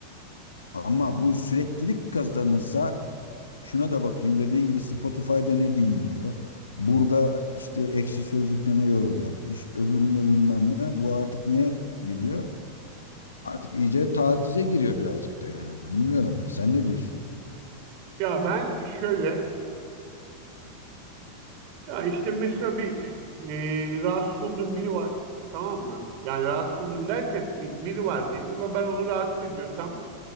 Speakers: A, on the left (about 75°); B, on the right (about 45°).
A: ama bu süreklilik kazanırsa şuna da bakayım dediğin gibi Spotify'da ne dinliyor burada işte Ekşi Sözlük'te ne yorum yapmış öbüründe bilmem ne bu artık neye giriyor artık iyice tacize giriyor birazcık da yani bilmiyorum ya sen ne diyorsun?
B: ya ben şöyle ya işte mesela bir e, rahatsız olduğum biri var. Tamam mı? Yani rahatsız oldum derken bir- biri var diyelim ve ben onu rahatsız ediyorsam